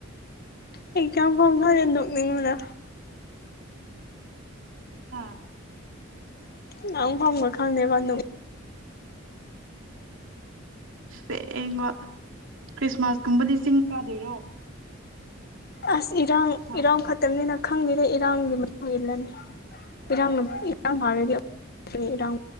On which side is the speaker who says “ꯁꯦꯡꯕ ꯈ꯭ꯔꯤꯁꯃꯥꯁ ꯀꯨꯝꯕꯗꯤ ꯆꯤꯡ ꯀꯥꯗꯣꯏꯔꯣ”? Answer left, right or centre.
Right